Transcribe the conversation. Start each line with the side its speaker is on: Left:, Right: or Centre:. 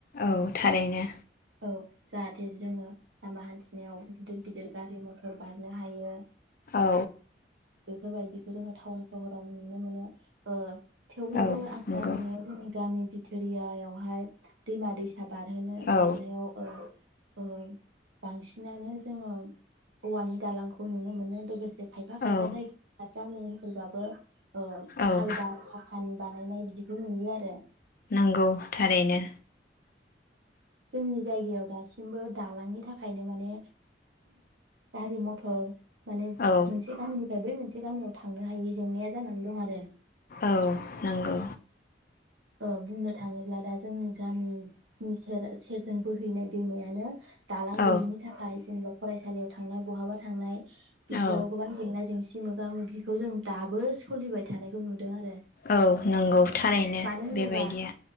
Left: औ थारैनो
Right: औ जाहाथे जोङो लामा हानथिना नायाव गिदिर गिदिर गारि मथर मथर बारनो हायो
Left: औ
Right: बेफोरबायदिखौ जोङो टाउन सहराव नुनो मोनो ओ थेवब्लाबो
Left: औ
Right: आं
Left: नंगौ
Right: दा नुनायाव जोंनि गामि बिथोरियायावहाय दैमा दै सा बारहोनो बारनायाव
Left: औ
Right: ओ औ बांसिनानो जोङो औवानि दालांखौ नुनो मोनो लोगोसे खायफा खायफा
Left: औ
Right: जायगा गामि सोरबाबो ओ
Left: औ
Right: खालबार फाखानि बानायनाय बिदि बेखौ नुयो आरो
Left: नंगौ थारैनो
Right: जोंनि जायगायाव दासिमबो दालांनि थाखाय खायनो माने गारि मथर माने
Left: औ
Right: मोनसे गामिनिफ्राय बै मोनसे से गामियाव थांनो हायि जेंनाया जानानै दं आरो
Left: औ नंगौ
Right: ओ बुंनो थाङो अब्ला दा जोंनि गामिनि सेर सेरजों बोहैनाय दैमायानो
Left: औ
Right: गैयिनि थाखाय जेनेबा फरायसालियाव थांनाय बहाबा थांनाय बिदियाव
Left: औ
Right: गोबां जेंना जेंसि मोगा मोगिखौ जों दाबो सो लिबाय थानायखौ नुदों आरो
Left: औ नंगौ थारैनो
Right: मानो होनोबा
Left: बेबायदिया